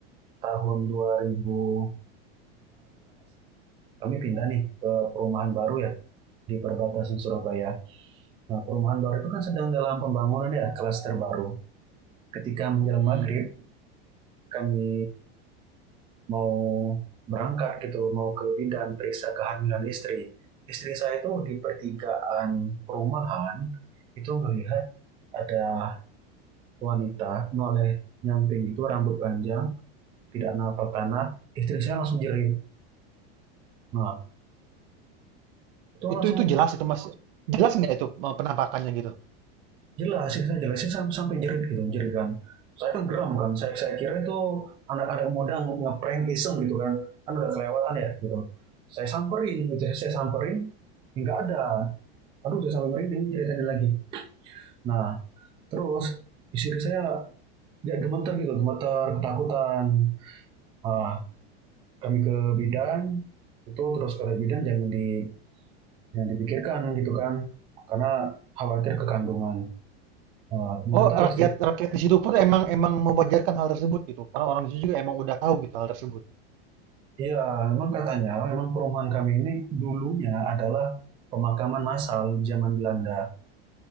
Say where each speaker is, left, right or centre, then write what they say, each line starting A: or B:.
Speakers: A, on the right; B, on the right.
A: tahun 2015 kami pindah nih ke perumahan baru ya di perbatasan Surabaya. Nah, perumahan baru itu kan sedang dalam pembangunan ya, klaster baru. Ketika menjelang
B: Mm-mm.
A: maghrib, kami mau berangkat gitu, mau ke bidan periksa kehamilan istri. Istri saya itu di pertigaan perumahan itu melihat ada wanita noleh nyamping itu rambut panjang, tidak nampak tanah. Istri saya langsung jerit. Nah, itu langsung
B: Itu itu jelas itu Mas. Jelas nggak itu eh, penampakannya gitu?
A: jelasin saya jelasin sampai sampai jerit gitu jerit kan saya kan geram kan saya saya kira itu anak-anak muda ngeprank iseng gitu kan kan udah kelewatan ya gitu saya samperin gitu ya, saya samperin nggak ada aduh saya sampai merinding ceritain lagi nah terus istri saya dia gemeter gitu gemeter ketakutan ah, kami ke bidan itu terus kata bidan jangan di jangan dipikirkan gitu kan karena khawatir kekandungan Ah, ternyata
B: Oh, rakyat
A: istri
B: rakyat di situ pun emang emang mewajarkan hal tersebut gitu. Karena orang di situ juga emang udah tahu gitu hal tersebut.
A: Iya, memang katanya, memang perumahan kami ini dulunya adalah pemakaman massal zaman Belanda.